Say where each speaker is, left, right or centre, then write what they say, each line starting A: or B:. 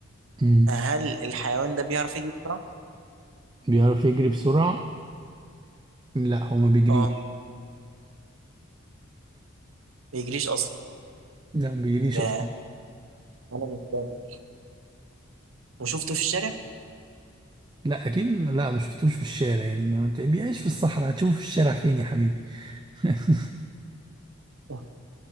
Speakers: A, on the right; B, on the right.
A: امم
B: هل الحيوان ده بيعرف يجري بسرعة؟
A: بيعرف يجري بسرعة لا هو ما بيجريش
B: اه بيجريش أصلا
A: لا ما بيجريش
B: ياه
A: اصلا
B: ولا بيتاكل وشفته في الشارع؟ <laughs>
A: لا اكيد لا ما شفتوش في الشارع يعني ما بيعيش في الصحراء هتشوفه في الشارع فين يا حبيبي <laughs>
B: آه،